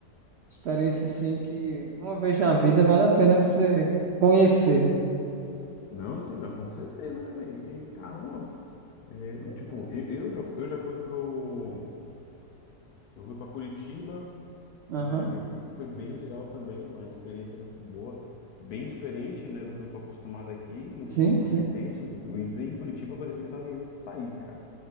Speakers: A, on the right (about 80°); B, on the left (about 70°).
A: experiência sim que uma vez na vida vale a pena você conhecer. né?
B: Não, sim, não, com certeza, né, velho? Que Caramba! É,
A: Loucura.
B: tipo, eu, eu já, eu já fui pro. Eu fui pra Curitiba,
A: Aham,
B: né? é que Foi bem legal também, uma experiência muito boa. Bem diferente, né, do que eu tô acostumado aqui,
A: Sim,
B: com com
A: sim.
B: São Vicente. Eu entrei em Curitiba, parecia que eu tava em outro país, cara.